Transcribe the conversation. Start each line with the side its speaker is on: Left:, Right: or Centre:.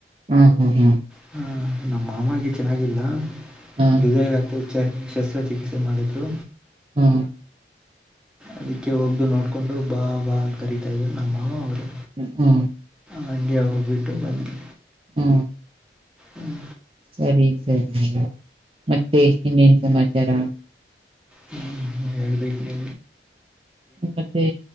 Right: ಹಾ ಹಾ ಹ್ಮ್
Centre: ಹ ನಮ್ಮ ಮಾಮಗೆ ಚೆನ್ನಾಗಿಲ್ಲ
Right: ಹಾ
Centre: ಜಾಗ ಆತ ಶಸ್ತ್ರಚಿಕಿತ್ಸೆ ಮಾಡ್ರು
Right: ಹಾ
Centre: ಅದಕ್ಕೆ ಹೋಗ್ದು ನೋಡ್ಕೊಂಡು ಬಾ ಬಾ ಕರತಾ ಇದರು ನಮ್ಮ ಮಾವ ಅವರು
Right: ಹ್ಮ
Centre: ಹಗೆ ಹೋಗ್ಬಿಟ್ಟು ಬನ್ನಿ
Right: ಹಾ
Centre: ಹ್ಮ್
Right: ಸರಿ ಸರಿ ಮತ್ತೆ ಇನ್ನೇನ್ ಸಮಾಚಾರ
Centre: ಹ್ಮ ಹೇಳ್ಬೇಕ ನೀ
Right: ಮತ್ತೆ